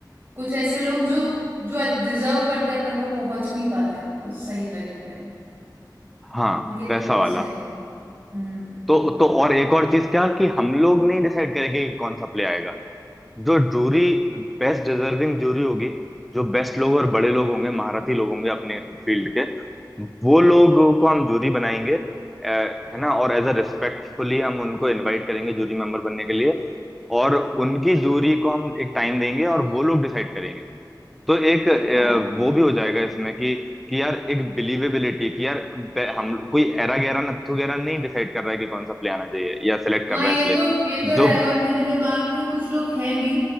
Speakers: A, on the right; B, in the centre.
A: कुछ ऐसे लोग जो जो डिजर्व करते हैं पर वो पहुंच नहीं पाते उस सही जगह पे
B: हाँ
A: उनके लिए
B: वैसा
A: अच्छा
B: वाला
A: है ये। हम्म
B: तो तो और एक और चीज क्या कि हम लोग नहीं डिसाइड करेंगे कि कौन सा प्ले आएगा जो जूरी बेस्ट डिजर्विंग जूरी होगी जो बेस्ट लोग और बड़े लोग होंगे महारथी लोग होंगे अपने फील्ड के वो लोगों को हम जूरी बनाएंगे अ, है ना और एज अ रिस्पेक्टफुली हम उनको इनवाइट करेंगे जूरी मेंबर बनने के लिए और उनकी जूरी को हम एक टाइम देंगे और वो लोग डिसाइड करेंगे तो एक अ,
A: हाँ
B: वो भी हो जाएगा इसमें कि कि यार एक बिलीवेबिलिटी कि यार बे- हम कोई एरा गैरा नत्थु गैरा नहीं डिसाइड कर रहा है कि कौन सा प्ले आना चाहिए या सिलेक्ट
A: हाँ
B: कर रहा
A: ये
B: है प्ले
A: तो ये तो
B: जो
A: है और मेरे दिमाग में कुछ लोग हैं भी